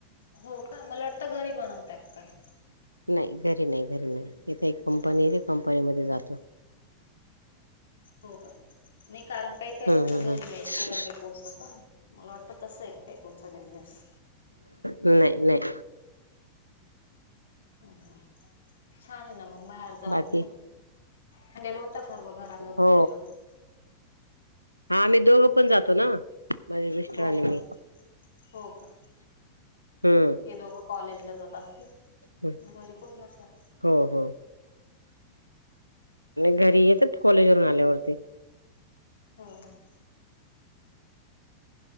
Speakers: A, on the left; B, on the right.
A: हो का मला वाटतं घरी बनवतत काय.
B: नाही घरी नाही घरी नाही इथे एक कंपनी
A: हा हा.
B: आहे कंपनी मध्ये जातो.
A: हो का नाही कारण काही काय
B: हम्म
A: असतं ना
B: हम्म हम्म
A: घरी मयचे डबे पोहचवता ना मला वाटतं तस एक काय तुमचा बिझनेस.
B: नाही नाही.
A: हम् ह छान आहे ना मग बाहेर जाऊन.
B: बाकी
A: हांडेल होत सर्व घरानं
B: हो
A: बाहेरच
B: हा मी दोघं पण जातो ना. माझे मिस्टर
A: हो
B: आणि
A: का
B: मी
A: हो का.
B: हम्म
A: हे दोघं कॉलेजला जात असतील.
B: हम्म.
A: घरी कोण अससा.
B: हो हो घरी येतच कॉलेजवरून आल्यावरती.
A: हो ह.